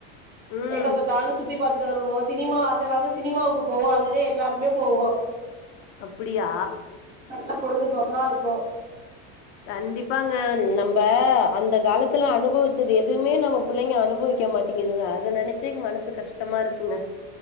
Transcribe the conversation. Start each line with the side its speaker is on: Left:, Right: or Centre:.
Left: ம்
Right: எங்கப்பாத்தாலு சுத்தி பாத்து டு வருவோ சினிமா அந்த காலத்துல சினிமாவுக்கு போவோ அதுவே எல்லாருக்குமே போவோ
Left: அப்படியா
Right: நல்ல பொழுதுபோக்கா இருக்கு
Left: கண்டிப்பாங்க நம்ப அந்த காலத்துல அனுபவிச்சது எதுமே நம்ப புள்ளைங்க அனுபவிக்க மாட்டிங்குதுங்க அத நெனச்சு மனசு கஷ்டமா இருக்குங்க